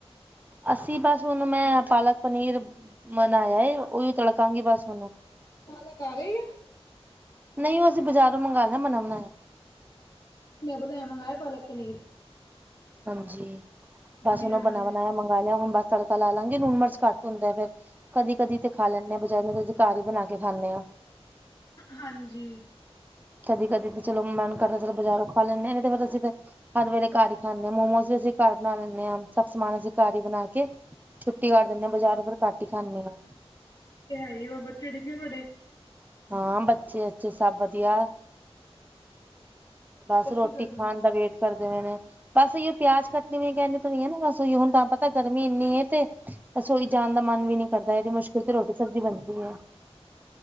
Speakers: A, on the right (about 15°); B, on the left (about 35°).
A: ਅਸੀਂ, ਬਸ ਹੁਣ ਮੈਂ ਪਾਲਕ ਪਨੀਰ ਬਣਾਇਆ ਏ, ਉਹੀਓ ਤੱੜਕਾਗੀ ਬਸ ਹੁਣ
B: ਪਾਲਕ ਆ ਗਈ ਐ
A: ਨਹੀਂ, ਉਹ ਅਸੀਂ ਬਜ਼ਾਰੋਂ ਮੰਗਾਨੇ ਆ, ਬਨਾ-ਬਨਾਇਆ।
B: ਮੈਂ ਬਨਾਇਆ, ਮੰਗਾਇਆ ਪਾਲਕ ਪਨੀਰ।
A: ਹਾਂਜੀ, ਬਸ
B: ਵਧੀਆ
A: ਉਹਨੂੰ
B: ਕਰ
A: ਬਨਾ-ਬਣਾਇਆ
B: ਲਿਆ
A: ਮੰਗਾਲਿਆ, ਹੁਣ ਬਸ ਤੜਕ ਤੜਕਾ ਲਾ ਲਾਂਗੇ, ਲੂਣ, ਮਿਰਚ ਘੱਟ ਹੁੰਦਾ ਏ ਫੇਰ, ਕਦੀ-ਕਦੀ ਤੇ ਖਾ ਲੈਂਨੇ ਆ ਬਜ਼ਾਰ ਦੀ, ਨੀ ਤਾ ਅਸੀ ਘਰ ਈ ਬਣਾਕੇ ਖਾਂਨੇ ਆ।
B: ਹਾਂਜੀ।
A: ਕਦੀ-ਕਦੀ ਤੇ ਚਲੋ ਮਨ ਕਰਦਾ ਚਲੋ ਬਾਜ਼ਾਰੋਂ ਖਾ ਲੈਨੇ ਆ, ਨੀ ਤੇ ਫਿਰ ਅਸੀਂ ਤੇ ਹਰ ਵੇਲੇ ਘਰ ਹੀ ਖਾਂਨੇ ਆ, ਮੋਮੋਸ ਵੀ ਅਸੀ ਘਰ ਬਣਾ ਲੈਂਨੇ ਆ, ਸਭ ਸਮਾਨ ਅਸੀਂ ਘਰ ਹੀ ਬਣਾਕੇ ਛੁੱਟੀ ਕਰ ਦਿੰਨੇ ਆ, ਬਜ਼ਾਰੋ ਫਿਰ ਘੱਟ ਹੀ ਖਾਂਨੇ ਆ।
B: ਤੇ ਹੈਹੀ ਓ, ਹੋਰ ਬੱਚੇ ਠੀਕ ਆ ਥੁਹਾਡੇ?
A: ਹਾਂ, ਬੱਚੇ-ਅੱਚੇ ਸਭ ਵਧੀਆ।
B: ਹੋਰ
A: ਬਸ, ਰੋਟੀ
B: ਕੀ ਕਰਦੇ
A: ਖਾਣ
B: ਪਏ ਹੋ
A: ਦਾ‌ ਵੇਟ ਕਰਦੇ ਪਏ ਨੇ, ਬਸ ਏਈਓ ਪਿਆਜ ਕੱਟਣੇ ਵੀ ਕਹਿੰਦੇ ਤਾਂ ਨ ਹੈ ਨਾ, ਬਸ ਹੁਣ ਤਾਂ ਪਤਾ ਗਰਮੀ ਇੰਨੀ ਏ, ਤੇ ਰਸੋਈ'ਚ ਜਾਣ ਦਾ ਮਨ ਵੀ ਨੀ ਕਰਦਾ, ਏਡੀ ਮੁਸ਼ਕਿਲ ਤੇ ਰੋਟੀ ਸਬਜ਼ੀ ਬਣਦੀ ਏ।